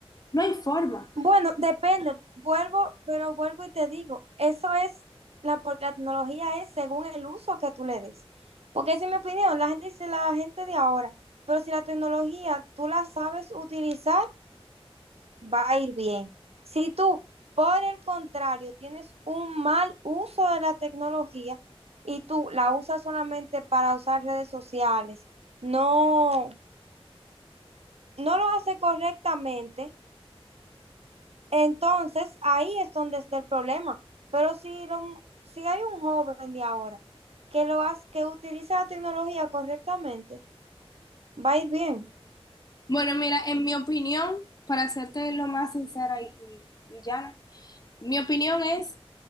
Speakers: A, on the left; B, on the right.
A: No hay forma.
B: Bueno, depende, vuelvo, pero vuelvo y te digo, eso es la, porque la tecnología es según el uso que tú le des. Porque esa es mi opinión, la gente dice la gente de ahora, pero si la tecnología tú la sabes utilizar, va a ir bien. Si tú, por el contrario, tienes un mal uso de la tecnología y tú la usas solamente para usar redes sociales, no, no lo hace correctamente. Entonces, ahí es donde está el problema. Pero si, lo, si hay un joven de ahora que, lo hace, que utiliza la tecnología correctamente, va a ir bien.
A: Bueno, mira, en mi opinión, para serte lo más sincera y, y y llana, mi opinión es...